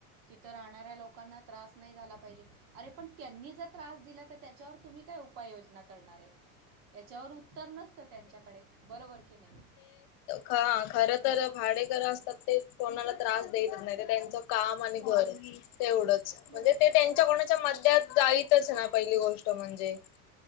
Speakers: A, on the right (about 70°); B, on the left (about 55°).
A: ती तर <unintelligible> येणारे लोकांना त्रास नाही झाला पाहिजे अरे त्यांनी दिला तर त्यांच्यावर तुम्ही <unintelligible> काय उपाययोजना करणार आहे यांच्यावर उत्तर नसतं त्यांच्याकडे बरोबर की नाही
B: ह खर तर भाडेकर असतात ते कोणाला त्रास देत नाही ते त्यांचं काम आणि घर तेवढंच
A: बरोबर
B: म्हणजे ते त्यांच्या कोणाच्या मद्यात जाईतच ना पहिली गोष्ट म्हणजे <unintelligible>